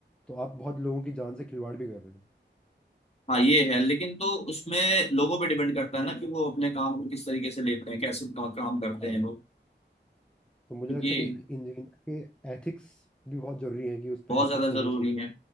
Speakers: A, in the centre; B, on the left.
A: तो आप बहुत लोगों की जान से खिलवाड़ भी कर रहे हो
B: हाँ ये है लेकिन तो उसमें लोगों पे डिपेंड करता है ना कि वो अपने काम को किस तरीके से लेते हैं कैसे का, काम करते
A: हाँ
B: हैं वो
A: तो मुझे
B: क्योंकि
A: लगता है कि इंजीनियर के एथिक्स भी बहुत जरूरी है कि उस
B: बहुत
A: पर एथिक्स
B: ज्यादा
A: होने
B: जरूरी
A: चाहिए
B: है